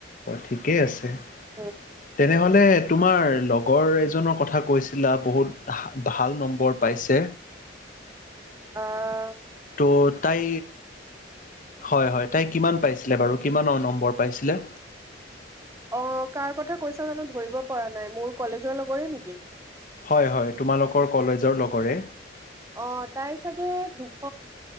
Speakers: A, on the left; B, on the right.
A: ঠিকেই আছে
B: উম
A: তেনেহলে? তোমাৰ লগৰ এজনৰ কথা কৈছিলা বহুত। ভাল নম্বৰ? পাইছে
B: অহ।
A: ত' তাই হয় হয় তাই কিমান পাই। আছিলে বাৰু কিমানৰ নম্বৰ পাইছিলে।
B: অ কাৰ কথা কৈছা জানো ধৰিব পৰা নাই। মোৰ কলেজৰ লগৰি নেকি?
A: হয়, হয় তোমালোকৰ কলেজৰ লগৰে।
B: অ তাই চাগে দুশ